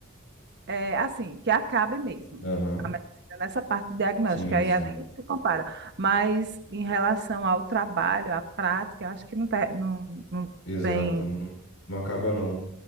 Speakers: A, on the right (about 55°); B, on the left (about 80°).
A: é assim, que acabe mesmo.
B: Aham.
A: A medicina nessa parte de diagnóstico,
B: Sim,
A: que a
B: sim.
A: IA nem se compara. Mas em relação ao trabalho, à prática, eu acho que não, tá, não, não
B: Exato.
A: tem.
B: Não, não acaba, não.